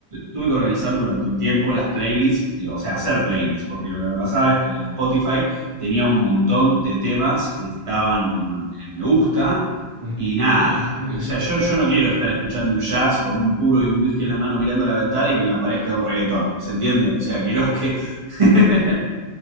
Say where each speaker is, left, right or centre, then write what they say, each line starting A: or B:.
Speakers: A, on the right (about 30°); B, on the right (about 50°).
A: tuve que organizar durante un tiempo las playlists, eh, o sea, hacer playlists, porque lo que me pasaba es que en el Spotify tenía un montón de temas que estaban como en, en me gusta
B: Ujú.
A: y nada.
B: Mm, mm.
A: O sea, yo, yo no quiero estar escuchando un jazz con un puro y un whisky en la mano mirando la ventana y que me aparezca un reggaetón. ¿Se entiende? O sea, quiero que... <laughs>